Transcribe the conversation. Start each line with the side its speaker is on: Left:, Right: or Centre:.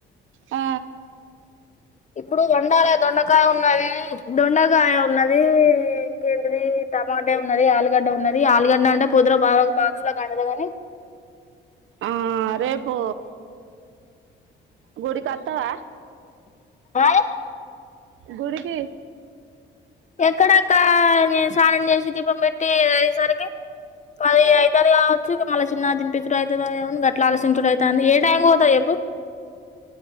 Right: ఆ
Left: ఇప్పుడు వండాల దొండకాయ ఉన్నది డొండగాయ ఉన్నది ఇంకేంటిది టమాటే ఉన్నది ఆలుగడ్డ ఉన్నది ఆలుగడ్డ అంటే పొద్దురో బాగా ఒక బాక్స్ లో కండపోదామని
Right: ఆ రేపు గుడి కత్తవా
Left: ఆ
Right: గుడికి
Left: ఎక్కడక్క నేను సానం చేసి దీపం పెట్టి అయ్యేసరికి అది అయితారు కావచ్చుక మళ్ళీ చిన్న దినిపించడు అవుత కా గట్లా ఆలోశించడు అవుతంది ఏ టైంకి పోతావ్ చెప్పు